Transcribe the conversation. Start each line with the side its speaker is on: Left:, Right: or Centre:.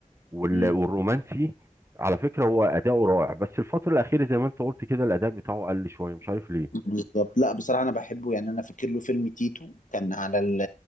Right: وال...
Left: مم.
Right: والرومانسي على فكره هو اداؤه رائع بس الفتره الاخيره زي ما انت قلت كده الاداء بتاعه قل شويه مش عارف ليه
Left: بالظبط لا بصراحة أنا بحبه يعني أنا فاكر له فيلم تيتو كان على ال-